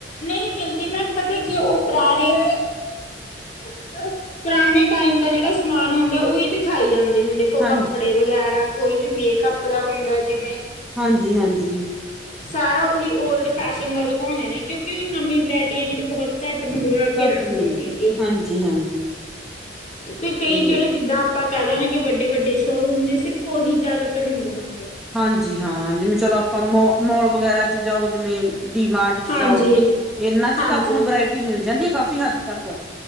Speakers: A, on the left; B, in the centre.
A: ਨਹੀਂ ਮਿਲਦੀ ਮੈਮ ਪਤਾ ਕੀ ਉਹ ਪੁਰਾਣੇ ਪੁਰਾਣੇ ਟਾਈਮ ਦਾ ਜਿਹੜਾ ਸਮਾਨ ਹੁੰਦਾ ਉਹੀ ਦਿਖਾਈ ਜਾਂਦੇ ਨੇ ਦੇ ਕੋ
B: ਹਾਂ
A: ਕੱਪੜੇ ਵਗੈਰਾ ਕੋਈ ਵੀ ਮੇਕਅੱਪ ਦਾ ਹੁੰਦਾ ਜਿਵੇਂ
B: ਹਾਂਜੀ ਹਾਂਜੀ
A: ਸਾਰਾ ਉਹੀ ਓਲਡ ਫੈਸ਼ਨ ਦਾ ਦਿਖਾਉਂਦੇ ਨੇ ਕਿਉਂਕਿ ਉਹ ਨਵੀਂ ਵਰਾਇਟੀ ਹੈ ਜਿਹੜੀ ਬਹੁਤ ਘੱਟ ਮੰਗਵਾ ਕੇ
B: ਘੱਟ
A: ਰੱਖਦੇ
B: ਮਿਲਦੀ
A: ਨੇ ਹੈਗੇ
B: ਹਾਂਜੀ ਹਾਂਜੀ
A: ਕਿ ਕਈ
B: ਤੇ
A: ਜਿਹੜੇ ਜਿੱਦਾਂ ਆਪਾਂ ਕਹਿਦੇ ਆ ਕਿ ਵੱਡੇ ਵੱਡੇ ਸ਼ੋਅਰੂਮ ਨੇ ਸਿਰਫ਼ ਉਹੀ ਜ਼ਿਆਦਾਤਰ ਮੰਗਵਾ
B: ਹਾਂਜੀ ਹਾਂ ਜਿਵੇਂ ਚਲੋ ਆਪਾਂ ਮੋ ਮੋਲ ਵਗੈਰਾ ਚ ਜਾਓ ਜਿਵੇਂ ਡੀਮਾਰਟ ਚ
A: ਹਾਂਜੀ,
B: ਜਾਓ ਇਹਨਾਂ ਚ
A: ਹਾਂਜੀ,
B: ਤਾਂ ਆਪਾਂ ਨੂੰ ਵਰਾਇਟੀ ਮਿਲ ਜਾਂਦੀ ਹੈ ਕਾਫ਼ੀ ਹੱਦ ਤੱਕ।